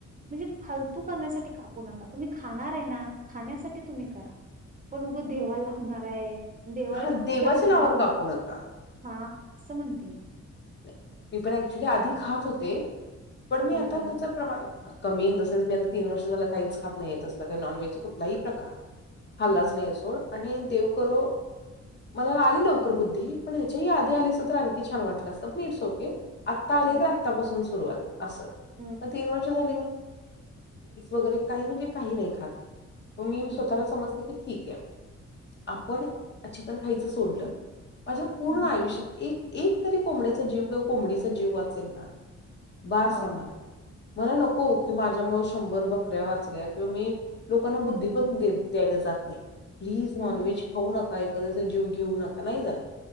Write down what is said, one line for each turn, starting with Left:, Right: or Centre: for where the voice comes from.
Right: म्हणजे फालतू करण्यासाठी कापू नका तुम्ही खाणार आहे ना खाण्यासाठी तुम्ही करा पण उगं देवाला लागणार आहे देवाला
Left: हा
Right: फक्तत
Left: देवाच्या नावावर
Right: दोन
Left: कापू नका.
Right: हा समनतेने
Left: मी पण ऍक्च्युली आधी खात होते पण मी
Right: हम्म
Left: आता त्याच प्रमाण कमी इन द सेनस मी आता तीन वर्ष झाला काहीच खात नाहीय असलं नॉन वहेजचा कुठलाही प्रकार हाल्लाच
Right: हम्म
Left: नाही असो आणि देवकररो मला आली लवकर बुद्धी पण ह्याच्या आधी आलीस तर आणखी छान वाटलं स नीट सो आता आली
Right: हम्म
Left: तर आतापासून सुरुवात अस
Right: हम्म
Left: तीन वर्ष झा वरे का म्हणजे काही नाही खात मी
Right: हम्म
Left: स्वत सम ठीक आहे आपण चिकन खायचं सोडलं माझ्या पूर्ण
Right: हम्म
Left: आयुष्यात एक एक तरी कोंबड्याचा जीव किंवा कोंबडीचा जीव वाचेल ना बस
Right: हो
Left: आहे मला मला नको की माझ्यामुळे शंभर बकऱ्या वाचल्या किंवा मी लोकांना बुद्धी पण द्यायला जात नाही प्लीज नॉन
Right: हम्म
Left: वहेज खाऊ नका एखाद्या जीव घेऊ नका नाही जात